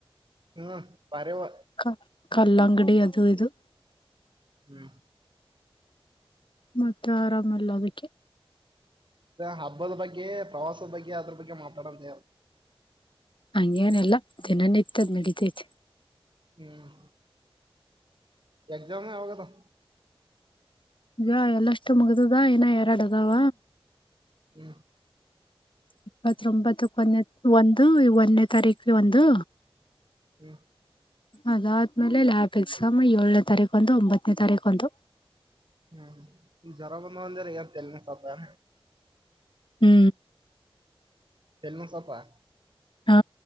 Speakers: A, on the right; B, on the left.
A: ಹ್ಮ್ <unintelligible>
B: ಕ ಕಲ್ಲಂಗಡಿ ಅದು ಇದು.
A: ಹ್ಮ್.
B: ಮತ್ತ ಆರಾಮೀಲ್ಲ ಅದಕ್ಕೆ.
A: ಹಬ್ಬದ ಬಗ್ಗೆ ಪ್ರವಾಸದ ಬಗ್ಗೆ ಅದ್ರ ಬಗ್ಗೆ ಮಾತಾಡಂತ ಹೇಳ್.
B: ಹಂಗೇನೆಲ್ಲಾ ದಿನ ನಿತ್ಯದ್ ನಡಿತೈತಿ.
A: ಹ್ಮ್ ಎಕ್ಸಾಮ್ ಯಾವಾಗ್ ಅದಾವ್.
B: ಇವಾಗ ಎಲ್ಲಷ್ಟು ಮುಗ್ದದ ಇನಾ ಎರಡು ಅದಾವ.
A: ಹ್ಮ.
B: ಇಪ್ಪತ್ತೊಂಬತ್ತ ಕೊನೆ ಒಂದು ಒಂದನೇ ತಾರೀಕಿಗೆ ಒಂದು.
A: ಹು
B: ಅದಾದ್ಮೇಲೆ ಲ್ಯಾಬ್ ಎಕ್ಸಾಮ್ ಏಳನೇ ತಾರೀಕು ಒಂದು ಒಂಬತ್ತನೇ ತಾರೀಕು ಒಂದು.
A: ಹು ಇಗ ಜ್ವರಾ ಬಂದಾವ ಅಂದೆಲ್ಲ ಏಪ ತಲಿ ನೋವಸಾಕತ್ತಾವನ.
B: ಹು
A: ತೆಲನುಸಾತಾ.
B: ಹಾ